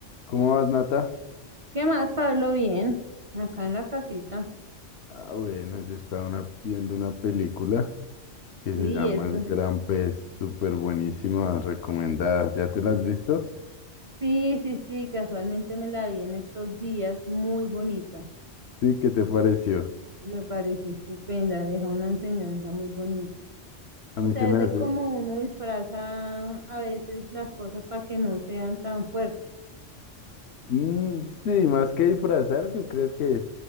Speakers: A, on the left; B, on the right.
A: ¿Cómo vas, Nata?
B: ¿Qué más, Pablo? Bien, acá en la casita.
A: Ah, bueno, yo estaba una- viendo una película que
B: Sí,
A: se llama
B: eso.
A: El Gran Pez, súper buenísima, recomendada. ¿Ya te la has visto?
B: Sí, sí, sí, casualmente me la vi en estos días, muy bonita.
A: Sí, ¿qué te pareció?
B: Me pareció estupenda, deja una enseñanza muy bonita.
A: A
B: O
A: mí
B: sea,
A: se me
B: desde
A: hace...
B: cómo uno disfraza a veces las cosas para que no sean tan fuertes.
A: Mm, sí, más que disfrazar, yo creo que es